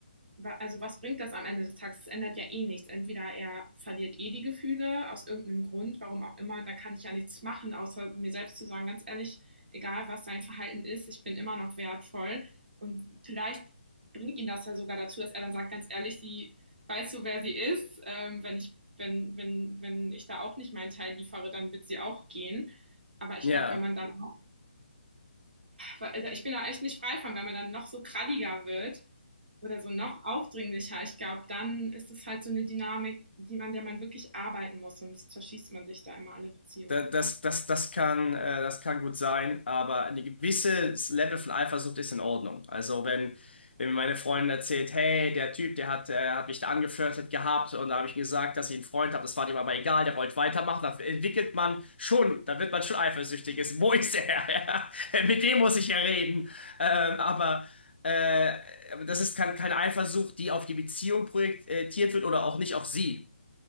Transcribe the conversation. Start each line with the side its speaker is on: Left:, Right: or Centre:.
Right: also was bringt das am Ende des Tages? Es ändert ja eh nichts. Entweder er verliert eh die Gefühle aus irgendeinem Grund, warum auch immer, da kann ich ja nichts machen, außer mir selbst zu sagen, ganz ehrlich, egal was sein Verhalten ist, ich bin immer noch wertvoll. Und vielleicht bringt ihn das ja sogar dazu, dass er dann sagt, ganz ehrlich, sie weiß so, wer sie ist. Ähm, wenn ich, wenn, wenn, wenn ich da auch nicht meinen Teil liefere, dann wird sie auch gehen. Aber ich
Left: ja.
Right: glaube, wenn man dann, auch- also ich bin da echt nicht frei von, wenn man dann noch so kralliger wird, oder so noch aufdringlicher. Ich glaube, dann ist es halt so eine Dynamik, die man, der man wirklich arbeiten muss, sonst zerschießt man sich da immer alle Beziehungen,
Left: Da- Das,
Right: oder?
Left: das, das kann, äh, das kann gut sein, aber ein gewisses Level von Eifersucht ist in Ordnung. Also wenn, wenn mir meine Freundin erzählt, hey, der Typ, der hat, äh, hat mich da angeflirtet gehabt und da habe ich ihm gesagt, dass ich einen Freund habe, das war dem aber egal, der wollte weitermachen, da entwickelt man schon, da wird man schon eifersüchtig. Ist, wo ist er? <laughs> Ja, mit dem muss ich ja reden. Ähm, aber äh, aber das ist kein, keine Eifersucht, die auf die Beziehung projektiert wird oder auch nicht auf sie.